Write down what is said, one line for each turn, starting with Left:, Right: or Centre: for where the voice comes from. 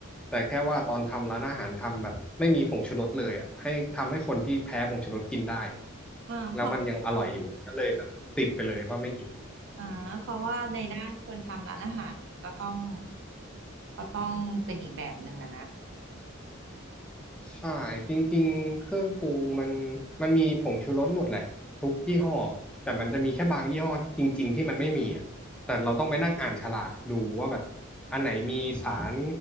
Centre: แต่แค่ว่าตอนทำร้านอาหารทำแบบไม่มีผงชูรสเลยอ่ะให้ทำให้คนที่แพ้ผงชูรสกินได้
Right: อ่าเพราะ
Centre: แล้วมันยังอร่อยอยู่ก็เลยแบบติดไปเลยว่าไม่กิน
Right: อ่าเพราะว่าในด้านคนทำร้านอาหารมันก็ต้องก็ต้องเป็นอีกแบบหนึ่งอะนะ
Centre: ใช่จริงๆเครื่องปรุงมันมันมีผงชูรสหมดแหละทุกยี่ห้อแต่มันจะมีแค่บางยี่ห้อจริงๆที่มันไม่มีอ่ะแต่เราต้องไปนั่งอ่านฉลากดูว่าแบบอันไหนมีสาร